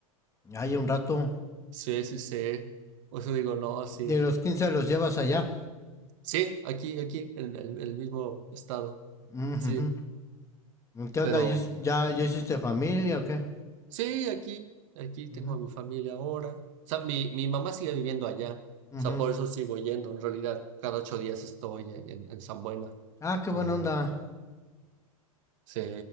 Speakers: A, on the left; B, on the right.
A: Hay un rato.
B: sí, sí, sí, o sea, digo, no, sí,
A: De los quince los llevas allá.
B: sí, aquí, aquí, en el, el mismo estado,
A: Ujujú.
B: sí,
A: ¿Qué onda?
B: pero
A: ¿Ya, ya- ya hiciste familia o qué?
B: sí, aquí, aquí tengo
A: Ujú,
B: a mi familia ahora, o sea, mi, mi mamá sigue viviendo allá, o
A: ujú.
B: sea, por eso sigo yendo, en realidad, cada ocho días estoy en, en San Buena,
A: Ah, qué
B: como
A: buena onda.
B: Sí,